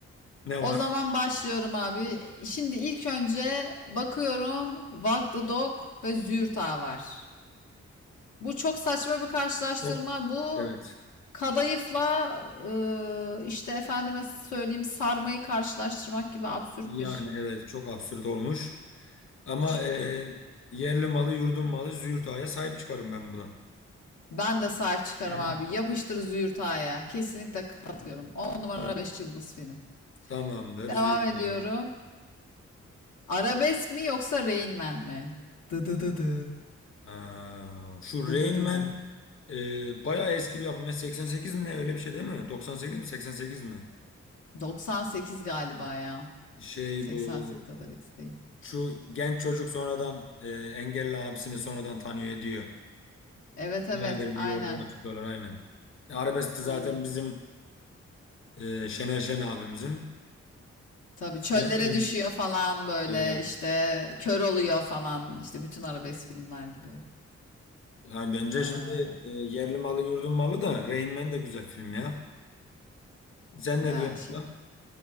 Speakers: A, on the left; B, on the left.
A: Ne
B: O
A: var?
B: zaman başlıyorum abi. Şimdi ilk önce bakıyorum Walk the Dog ve zürta var. Bu çok saçma bir karşılaştırma.
A: Çok,
B: Bu
A: evet.
B: kadayıfla e, işte efendime söyleyeyim sarmayı karşılaştırmak gibi absürt
A: Yani
B: bir
A: evet çok absürt olmuş. Ama
B: saçma.
A: e, yerli malı yurdun malı Züğürt Ağa'ya sahip çıkarım ben burada.
B: Ben de sahip çıkarım
A: <clears throat>
B: abi. Yapıştır zürtaya. Kesinlikle katılıyorum. 10 numara
A: Tamam.
B: 5 yıldız film.
A: Tamamdır
B: Devam
A: Züğürt
B: ediyorum.
A: Ağa.
B: Arabesk mi yoksa Rain Man mi? Dı dı dı dı.
A: Ee, şu
B: Dı
A: Rain
B: dı dı
A: Man
B: dı.
A: e, bayağı eski bir yapım. Ya 88 mi ne öyle bir şey değil mi? 98 mi 88 mi?
B: 98 galiba ya.
A: Şey
B: 88
A: bu
B: kadar X değil.
A: şu genç çocuk sonradan e, engelli abisini sonradan tanıyor ediyor.
B: Evet evet
A: Beraber bir
B: aynen
A: yolculuğa çıkıyorlar aynen. E, arabesk de
B: aynen.
A: zaten bizim e, Şener Şen abimizin.
B: Tabii çöllere
A: Bilemedim.
B: düşüyor falan böyle
A: Evet.
B: işte kör oluyor falan işte bütün arabesk filmler gibi.
A: Yani bence
B: Aa,
A: şimdi e, yerli malın yurdun malı da Rain Man de güzel film ya. Sen
B: ya
A: ne diyorsun?
B: şimdi
A: lan?